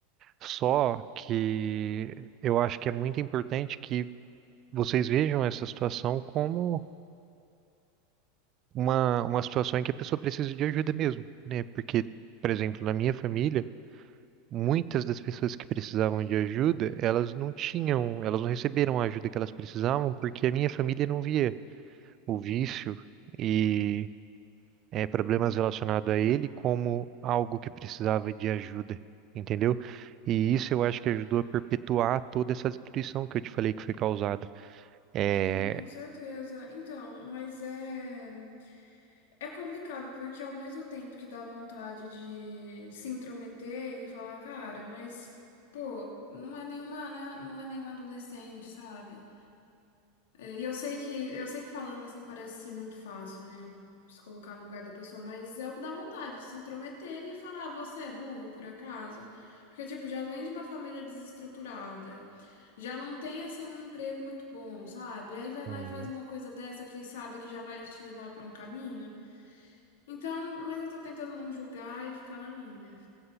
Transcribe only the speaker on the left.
Sim, com certeza. Então, mas é é complicado porque ao mesmo tempo que dá vontade de se intrometer e falar, cara, mas pô, não é nenhuma, né, não é nenhum adolescente, sabe? É, E eu sei que eu sei que falando assim parece ser muito fácil, né? Se colocar no lugar da pessoa, mas é o que dá vontade de se intrometer e falar, "Ah, você é burro, por acaso? Porque, tipo, já vem de uma família desestruturada, já não tem assim um emprego muito bom, sabe? Aí vai
lá e faz uma coisa dessa que sabe que já vai te levar pra um caminho. Então, mas eu tô tentando não julgar e ficar na minha,